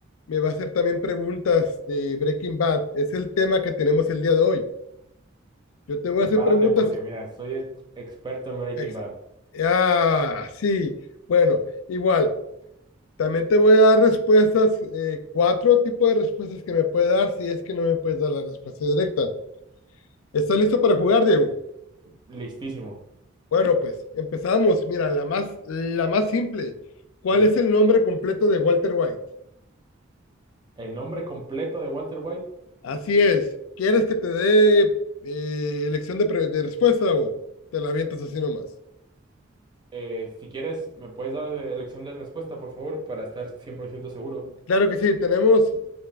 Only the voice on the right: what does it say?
Prepárate
porque mira, soy ex- experto en Breaking
Bad.
Listísimo.
Sí.
El nombre completo de Walter White,
eh, si quieres, me puedes dar eh, elección de respuesta, por favor, para estar cien por ciento seguro.